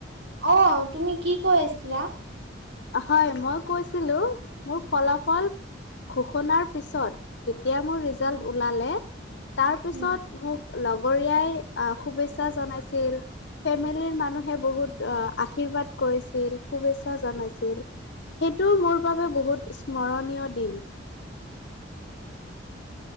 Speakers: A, on the right; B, on the left.
A: অ তুমি কি কৈ আছিলা-
B: হয় মই কৈছিলো মোৰ ফলাফল ঘোষণাৰ পিছত যে তিয়া মোৰ ৰিজাল্ট
A: অ',
B: ওলালে তাৰপিছত
A: উম।
B: মোক লগৰীয়াই- আহ শুভেচ্ছা জনাইছিল ফেমিলিৰ মানুহে বহুত আশীৰ্বাদ কৰিছিল শুভেচ্ছা জনাইছিল সেইটোও মোৰ বাবে বহুত স্মৰণীয় দিন